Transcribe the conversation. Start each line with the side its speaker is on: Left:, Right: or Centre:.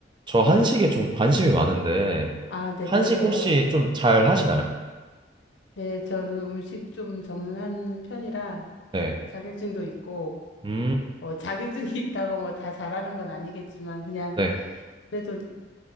Right: 저 한식에 좀 관심이 많은데
Left: 아, 네,
Right: 한식
Left: 그러세요.
Right: 혹시 좀 잘 하시나요?
Left: 네. 네, 저는 음식 좀 전문한 편이라
Right: 네.
Left: 자격증도 있고,
Right: 음.
Left: 어, 자격증이 <laughs> 있다고 뭐 다 잘하는 건 아니겠지만, 그냥
Right: 네.
Left: 그래도